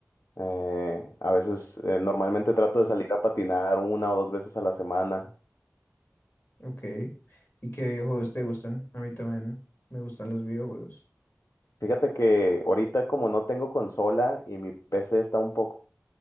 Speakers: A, on the left (about 75°); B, on the left (about 50°).
A: Eh, a veces, eh, normalmente trato de salir a patinar una o dos veces a la semana.
B: Ok. ¿Y qué videojuegos te gustan? A mí también me gustan los videojuegos.
A: Fíjate que ahorita como no tengo consola y mi PC está un poco